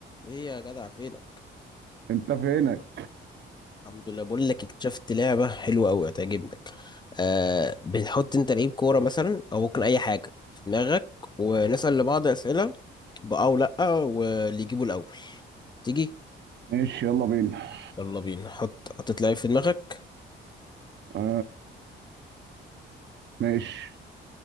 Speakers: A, on the left; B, on the right.
A: ايه يا جدع فينك
B: انت فينك
A: الحمد لله بقول لك اكتشفت لعبه حلوه قوي هتعجبك آه بنحط انت لعيب كوره مثلا او ممكن اي حاجه في دماغك ونسال لبعض اسئله بأه او لا واللي يجيبه الاول تيجي
B: ماشي يلا بينا
A: يلا بينا حط حطيت لعيب في دماغك
B: آه ماشي